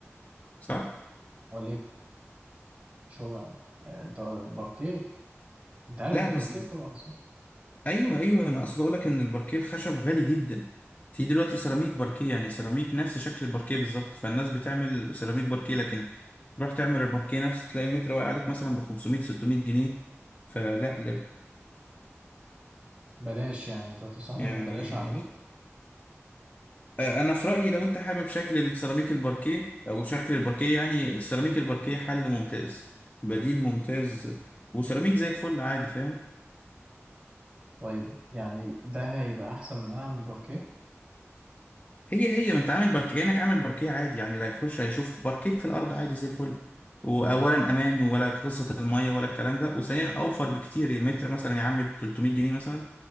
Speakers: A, on the left; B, on the right.
A: صح
B: ولا ايه مش هو آه انت الباركيه انت عارف
A: لا
B: الباركيه
A: بس
B: طبعا صح
A: ايوه ايوه انا اقصد اقول لك ان الباركيه الخشب غالي جدا في دلوقتي سيراميك باركيه يعني سيراميك نفس شكل الباركيه بالظبط فالناس بتعمل سيراميك باركيه لكن تروح تعمل الباركيه نفسه تلاقي المتر واقع عليك مثلا ب 500 600 جنيه فلا لا،
B: بلاش يعني انت تنصحني
A: يعني
B: ان بلاش اعمله
A: آه، انا في رايي لو انت حابب شكل السيراميك الباركيه او شكل الباركيه يعني السيراميك الباركيه حل ممتاز بديل ممتاز وسيراميك زي الفل عادي فاهم
B: طيب يعني ده هيبقى احسن من ان انا اعمل باركيه
A: هي هي ما انت عامل باركيه كأنك عامل باركيه عادي يعني لا يخش هيشوف باركيه في الارض عادي زي الفل واولا
B: مم.
A: امان ولا قصه الميه ولا الكلام ده وثانيا اوفر بكتير يعني المتر مثلا يا عم ب 300 جنيه مثلا